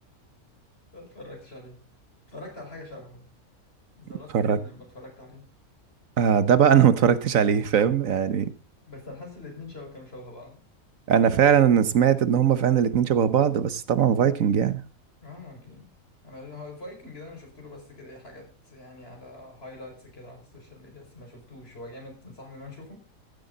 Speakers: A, on the left; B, on the right.
A: ما اتفرجتش عليه اتفرجت على حاجة شبهه ذا
B: اتفرجت
A: لاست كيندم لو اتفرجت عليه
B: آه ده بقى انا ما اتفرجتش عليه فاهم يعني
A: بس انا حاسس الاتنين شبه كانوا شبه بعض
B: انا فعلا انا سمعت ان هما فعلا الاتنين شبه بعض بس طبعا فايكنج يعني
A: اه اكيد انا الفايكنج ده انا شفت له بس كده ايه حاجات يعني على هايلايتس كده على السوشيال ميديا بس ما شفتوش هو جامد تنصحني ان انا اشوفه